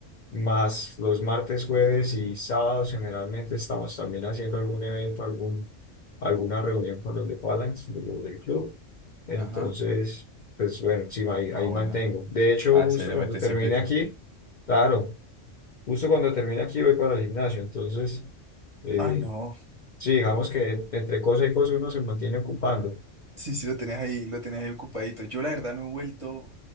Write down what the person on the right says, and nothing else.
Ajá.
Ah, bueno.
Ah,
seriamente,
siempre.
Ah, no.
Sí, sí, lo tenías ahí, lo tenías ahí ocupadito. Yo la verdad no he vuelto,